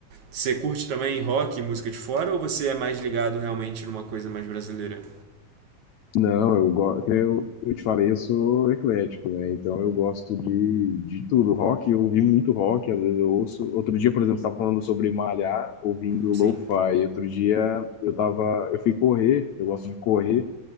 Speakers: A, on the right; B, on the left.
A: Você curte também rock, música de fora, ou você é mais ligado realmente numa coisa mais brasileira?
B: Não, eu, go- eu, eu te falei, eu sou eclético, né? Então eu gosto de, de tudo. Rock, eu ouvi muito rock, às vezes eu ouço. Outro dia, por exemplo, você estava falando sobre malhar, ouvindo
A: Sim.
B: lo-fi. Outro dia eu tava, eu fui correr, eu gosto de correr,